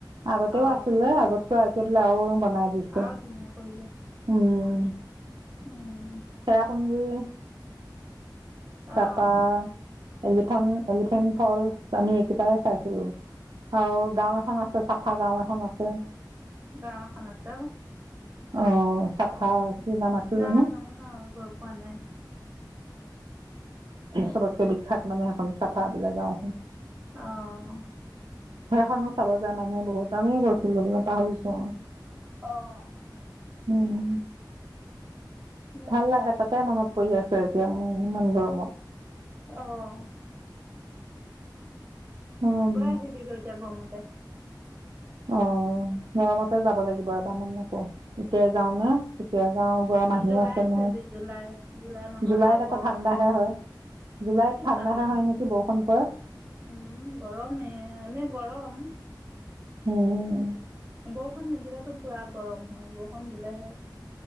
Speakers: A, on the right; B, on the right.
A: আগতেও
B: অঁ
A: আছিল আগতকৈ তেতিয়া হ'লে বনাই আৰু দিছে
B: আৰু ধুনীয়া কৰিলে
A: উম
B: অঁ
A: চেৰাপুঞ্জ উম তাৰপা
B: অঁ
A: এলিফণ্ এলিফেণ্ট ফলৰ্চ আমি এইকেইটাই চাইছিলোঁ। আৰু গাওঁ এখন আছে চাফা গাওঁ এখন আছে।
B: গাঁও এখন আছে আৰু
A: অ চাফা কি নাম আছিল
B: যানো
A: জানো
B: ন গৈ পোৱা নাই।
A: চবতকে বিখ্যাত মানে সেইখন চাফা বোলে গাঁও।
B: অঁ
A: সেইখনো চাব যায় মানুহে বহুত। আামিও গৈছিলোঁ পাহৰিছোঁ অ
B: অহ
A: উম
B: মই
A: ভাল লগা
B: যাই
A: তাতে মনত পৰি আছ। এতিয়া মোৰ ইমান গৰমত।
B: আহ
A: উম।
B: গৈ আহিবি গৈ এতিয়া গৰমতে।
A: অ গৰমতে যাব লাগিব এবাৰন আকৌ এতিয়াই যাওঁ নে তেতিয়া যাওঁ গৰম আহিও
B: জুলাইত
A: আছে নহয়।
B: যাবি জুলাই জুলাই মাহত
A: জুলাইত
B: আৰু
A: আকৌ
B: গৰম
A: ঠাণ্ডাহে
B: হ'ব নহ
A: হয় জুলাইত
B: কি
A: ঠাণ্ডাহে
B: ঠাণ্ডা
A: হয়
B: হে
A: নেকি বৰষুণ পৰে।
B: উম গৰমে এনেই গৰম।
A: উম
B: বৰষুণ নিদিলেতো পোৰা গৰম হয় বৰষুণ দিলেহে।